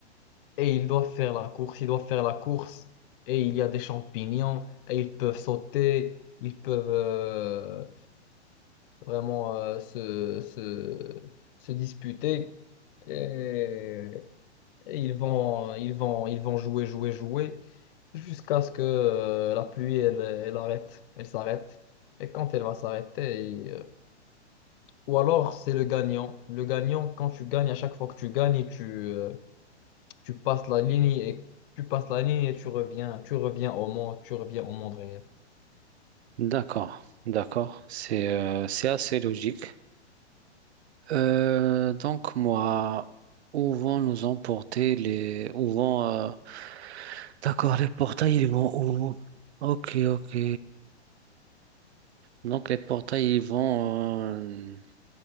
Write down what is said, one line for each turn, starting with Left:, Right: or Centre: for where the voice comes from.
Left: et ils doivent faire la course, ils doivent faire la course et il y a des champignons et ils peuvent sauter, ils peuvent euh, vraiment euh, se, se, se disputer et, et ils vont, ils vont, ils vont jouer, jouer, jouer jusqu'à ce que euh, la pluie elle, elle arrête, elle s'arrête. Et quand elle va s'arrêter, et, euh, ou alors c'est le gagnant. Le gagnant, quand tu gagnes, à chaque fois que tu gagnes, tu, euh, Tu passes la ligne et tu passes la ligne et tu reviens, tu reviens au monde, tu reviens au monde réel.
Right: D'accord. D'accord. C'est euh, c'est assez logique. Euh, donc moi, où vont nous emporter les... Où vont... euh, D'accord, les portails, ils vont où? Ok, ok. Donc les portails, ils vont euh,